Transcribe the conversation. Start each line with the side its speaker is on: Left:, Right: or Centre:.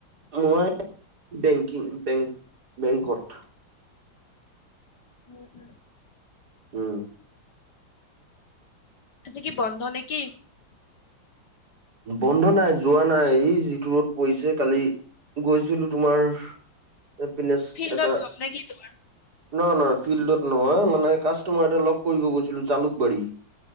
Right: মই বেংকিং, বে বেংকত
Left: উম-উম
Right: উম
Left: আজি কি বন্ধ নেকি?
Right: বন্ধ নাই, যোৱা নাই, ই যিটো ৰ'দ পৰিছে কালি গৈছিলোঁ, তোমাৰ সেইপিনেছ
Left: ফিল্ডত
Right: এটা
Left: জব নেকি তোমাৰ?
Right: নহয়-নহয়, ফিল্ডত নহয়, মানে কাষ্টমাৰ এটা লগ কৰিব গৈছিলো জালুকবাৰী।